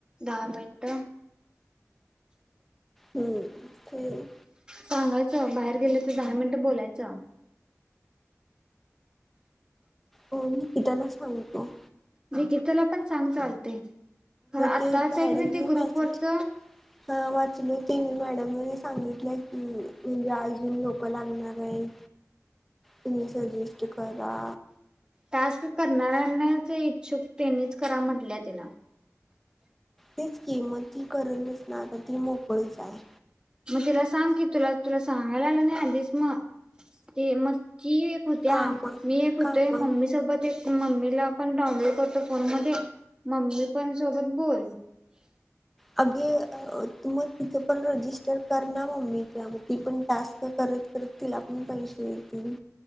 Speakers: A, on the right; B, in the centre.
A: दहा मिनिट
B: हम्म हम्म
A: सांगायचं बाहेर गेले त दहा मिनिट बोलायचा
B: हो मी मी त्यालाचं म्हणतो
A: निकिताला पण सांग चालतय हो आताच
B: ते मॅडमने
A: आहे की नाय ते
B: मेसेज
A: ग्रुपवरच
B: हा वाचलय की मी मॅडमनी सांगितलंय की म्हणजे अजून लोकं लागणार आहे. तुम्ही सजेस्ट करा.
A: टास्क करणाऱ्यांनाचं इच्छुक त्यांनीच करा म्हटल्या तिन
B: तेच की म ती करून बसना आता ती मोकळीच हाय.
A: म तिला सांग की तुला तुला सांगायला आलं नाय आधीच म ते मग की होत्या
B: काम
A: मी एक होते
B: काम
A: मम्मी सोबत ते मम्मीला पण डाउनलोड करतो फोन मध्ये मम्मी पण सोबत बोल.
B: अगे मग तिचं पण रजिस्टर कर ना मम्मीचं म ती पण टास्क करत करत तिला पण पैसे येतील.